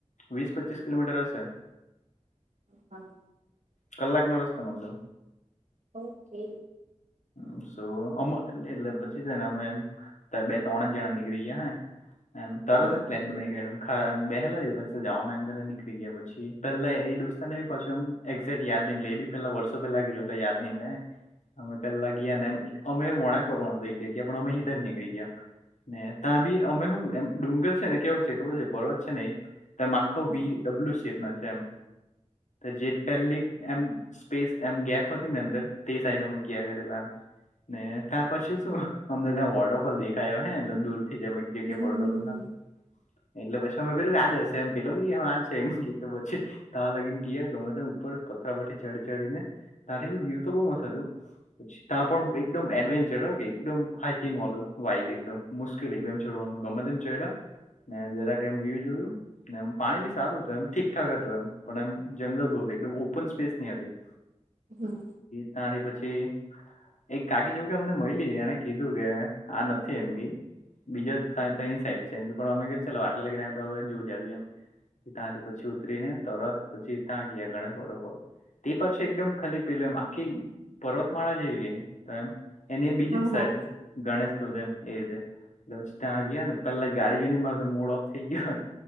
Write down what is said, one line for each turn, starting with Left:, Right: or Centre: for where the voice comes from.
Left: વીસ પચીસ કિલોમીટર હશે.
Right: હમ.
Left: કલાક નો રસ્તા મન તો
Right: ઓકે.
Left: હ સો અમ એ એલે પછી છેને અમે એમ બે ત્રણ જણા નીકળી ગયા હે એમ તરત
Right: હમ
Left: જ પ્લેન બનાઈ ગેયલો અ બેહેલા <unintelligible> જાવાના એમને નીકળી ગયા પછી પેલા એ દોસ્તો ને પાછમ એક્ઝેટ યાદ ની એબી પેલા વોટ્સએપ પે લાગેલો એટલે યાદ ની મને અમે પેલા ગ્યા ને અમે વણાંકનું વળવા નું રઈ ગ્યા પણ અમે ત્યાં જ નીકળી ગયા ને તા બી અમે હુ અમે ડુંગર છે ને કેવુ છે ખબર છે પર્વત છે ને તેમાં ખો
Right: હમ
Left: વી ડબલુ શેપ ના છે એમ જે પહેલી એમ સ્પેસ એમ ગેપ હતી ને અંદર તે સાઈડમાં ગ્યા કરેલા ને ત્યા પછી શું અમને ત્યાં વોટરફોલ દેખાયો હે એમ દૂર થી જેમ એક જગ્યા
Right: હમ
Left: પડતો
Right: હમ
Left: હતો <unintelligible> એટલે પછી અમે કર્યું કે આ જ હશે એમ પેલા બી આજ છે એમ કે પછી તાં લાગીને ગ્યા ગમે તેમ ઉપર પથરા પરથી ચડી ચડીને ત્યાંથી બી વ્યુ તો બઉ મસ્ત હતું પછી ત્યાં પણ એકદમ એડવેન્ચર હો કે એકદમ હાઈ કિંગ વાલુ વાયબ એકદમ મુશ્કેલ એકદમ ચડવાનું ગમેતમ ચયડા ને જરાક એમ વ્યુ જોયું. એમ પાણી બી સારું હતું એમ ઠીકઠાક હતું એમ પણ એમ જંગલ બહુ એકમ ઓપન સ્પેસ ની હતી <unintelligible>
Right: હમ્મ.
Left: તાથી પછી એક કાકી જોકે અમને મયલી એને કીધું કે આ નથી એમગી બીજો ત તઈ સાઈડ છે એમ અમે ચો આટલા લગીને આવ તો હવે જો જાએ એમ ત્યાંથી પછી ઉતરી ને તરત પછી ત્યાં ગયા ગણેશ વોટરફોર તે પછી એકદમ ખાલી પેલે એમ આખી પર્વતમાળા જ એવી એની એમ એની બીજી
Right: હા
Left: જ સાઈડ
Right: હા
Left: ગણેશ ધોધ એમ એ રીતે. લોછતા ગ્યા ને પેલા જ ગાડી જો ને માર તો મૂળ ઓફ થઈ ગ્યો